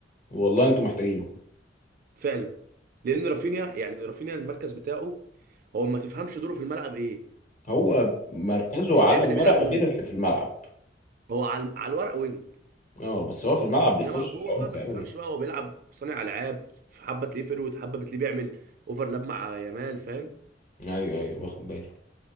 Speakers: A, on the left; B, on the right.
A: والله انتوا محتاجينه
B: فعلا لان رافينيا يعني رافينيا المركز بتاعه هو ما تفهمش دوره في الملعب ايه
A: هو مركزه
B: مش
A: على
B: اللعيب
A: الورق
B: اللي بيلعب
A: غير
B: وينج
A: اللي في الملعب
B: هو على على الورق وينج
A: اه بس هو في الملعب بيخش
B: انما جوه
A: العمق
B: بقى ما
A: قوي
B: تفهمش
A: يعني.
B: بقى هو بيلعب صانع العاب حبه تلاقيه فيرود حبه بتلاقيه بيعمل اوفرلاب مع يامال فاهم
A: ايوه ايوه باخد بالي